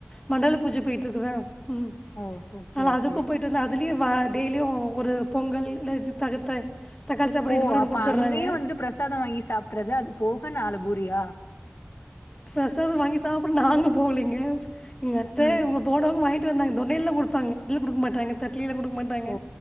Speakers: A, on the left; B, on the left.
A: மண்டல பூஜ போயிட்டுருக்குதா ம்
B: ஓ ஓகே
A: அதனால
B: ஓகே
A: அதுக்கு போயிட்டு வந்தே அதுலயே வ டெய்லியு ஒரு பொங்கல் இல்ல இது தகு த தக்காளி சாப்பாடு
B: ஓ
A: இது மாதிரி ஒன்று
B: அப்ப
A: கொடுத்துட்றாங்க
B: அங்கயே வந்துட்டு பிரசாதம் வாங்கி சாப்றது அது போக நாலுபூரியா
A: பிரசாதம் வாங்கி சாப்ட நாங்க போவலீங்க எங்க அத்த
B: ம்
A: இவுங்க போனவங்க வாங் ந்தாங்க தொன்னைல்லதா குடுத்தாங்க இலயில கொடுக்க மாட்டாங்க தட்டு கீழ கொடுக்க மாட்டாங்க
B: ஓ